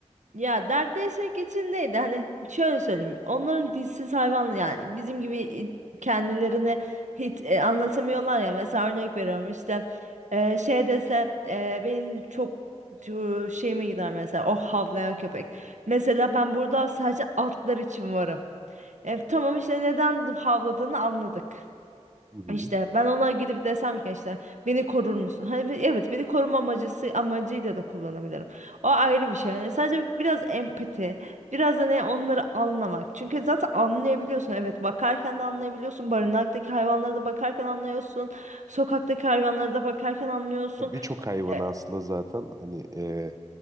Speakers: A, on the right (about 75°); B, on the right (about 25°).
A: Ya dertleşmek için değil de hani şöyle söyleyeyim. Onların dilsiz hayvan yani bizim gibi i- kendilerini hiç e, anlatamıyorlar ya. Mesela örnek veriyorum işte e, şey dese e, benim çok e, şeyime gider mesela o havlayan köpek. Mesela ben burada sadece atlar için varım. E, tamam işte neden havladığını anladık.
B: Hı hı.
A: İşte ben ona gidip desem ki işte beni korur musun? Hani bir- evet beni koruma amacısı amacıyla da kullanabilirim. O ayrı bir şey. Yani sadece biraz empati, biraz da ne onları anlamak. Çünkü zaten anlayabiliyorsun. Evet bakarken de anlayabiliyorsun. Barınaktaki hayvanlara da bakarken anlıyorsun. Sokaktaki hayvanlara da bakarken anlıyorsun.
B: Ya birçok hayvanı
A: E,
B: aslında zaten hani e,